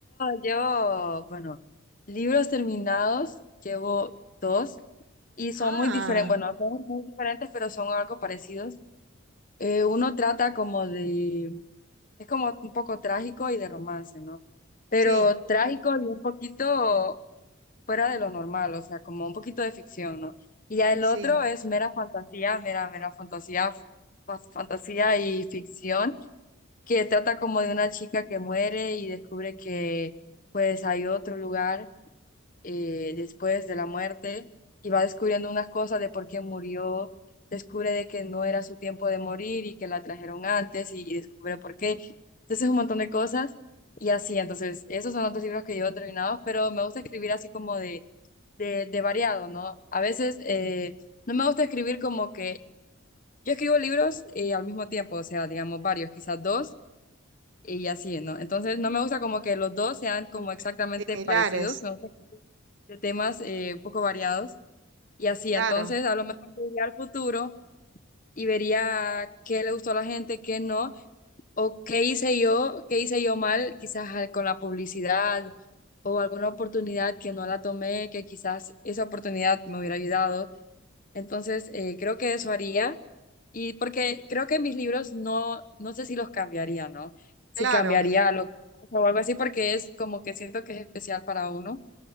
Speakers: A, on the left; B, on the right.
A: yo, yo, bueno, libros terminados, llevo dos y son
B: Ah,
A: muy diferentes, bueno, son muy diferentes, pero son algo parecidos. Eh, uno trata como de Es como un poco trágico y de romance, ¿no? Pero
B: sí,
A: trágico y un poquito fuera de lo normal, o sea, como un poquito de ficción, ¿no? Y ya el
B: sí,
A: otro es mera fantasía, mera, mera fantasía, fa- fantasía y ficción, que trata como de una chica que muere y descubre que pues hay otro lugar eh, después de la muerte y va descubriendo unas cosas de por qué murió, descubre de que no era su tiempo de morir y que la trajeron antes y, y descubre por qué. Entonces un montón de cosas y así, entonces esos son otros libros que yo he terminado, pero me gusta escribir así como de, de, de variado, ¿no? A veces eh, no me gusta escribir como que yo escribo libros eh, al mismo tiempo, o sea, digamos varios, quizás dos y así, ¿no? Entonces no me gusta como que los dos sean como exactamente
B: similares,
A: parecidos, me gusta que de temas eh, un poco variados y así,
B: claro,
A: entonces a lo mejor yo iría al futuro y vería qué le gustó a la gente, qué no, o qué hice yo, qué hice yo mal, quizás ah, con la publicidad o alguna oportunidad que no la tomé, que quizás esa oportunidad me hubiera ayudado. Entonces, eh, creo que eso haría. Y porque creo que mis libros no, no sé si los cambiaría, ¿no? Si
B: claro.
A: cambiaría lo que pasa o algo así, porque es como que siento que es especial para uno.